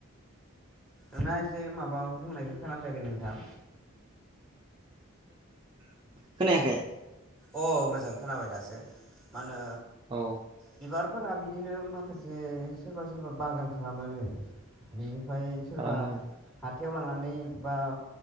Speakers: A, in the centre; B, on the right.
A: नोंनास एसे माबा बुंनायखौ खोनाफैयाखै नोंथां
B: खोनायाखै
A: अ मोजां खोनाबाय दासो मा होनो
B: औ
A: बिबारफोरा बिदिनो माखासे सोरबा सोरबा बागान खालामो बिनिफ्राय ओमफ्राय सोरबा
B: खालामो
A: ह हाथायाव लांनानै बा